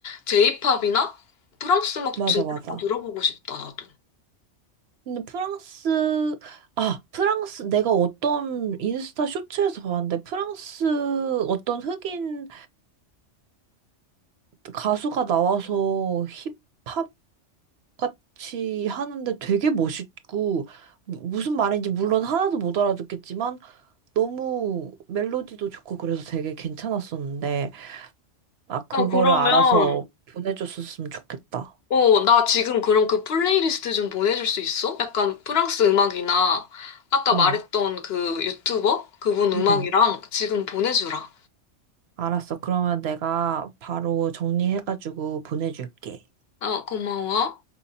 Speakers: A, on the left; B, on the right.
A: 제이팝이나 프랑스 음악
B: 맞아,
A: 진짜
B: 맞아.
A: 한번 들어보고 싶다, 나도.
B: 근데 프랑스, 아, 프랑스, 내가 어떤 인스타 쇼츠에서 봤는데 프랑스 어떤 흑인 가수가 나와서 힙합 같이 하는데 되게 멋있고, 무- 무슨 말인지 물론 하나도 못 알아듣겠지만 너무 멜로디도 좋고 그래서 되게 괜찮았었는데, 나 그거를
A: 아, 그러면
B: 알아서 보내줬었으면 좋겠다.
A: 어, 나 지금 그럼 그 플레이리스트 좀 보내줄 수 있어? 약간 프랑스 음악이나 아까
B: 응.
A: 말했던 그 유튜버 그분 음악이랑
B: 응.
A: 지금 보내주라.
B: 알았어. 그러면 내가 바로 정리해가지고 보내줄게.
A: 아, 고마워.